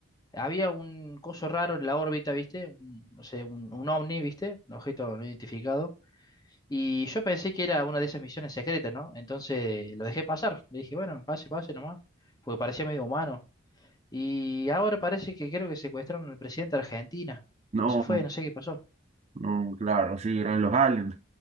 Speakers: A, on the left; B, on the right.
A: había un coso raro en la órbita, ¿viste? Un- no sé, un, un ovni, ¿viste? Un objeto no identificado Y yo pensé que era una de esas misiones secretas, ¿no? Entonces lo dejé pasar. Le dije, bueno, pase, pase nomás, porque parecía medio humano. Y ahora parece que creo que secuestraron al presidente de Argentina.
B: No,
A: O se fue, no sé qué pasó.
B: no, claro, sí, eran los aliens.